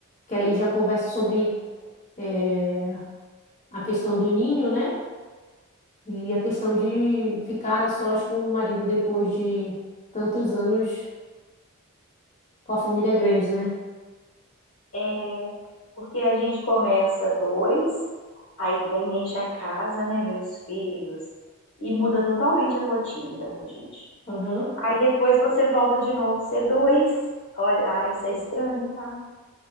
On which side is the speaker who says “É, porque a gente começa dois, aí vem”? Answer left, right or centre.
Left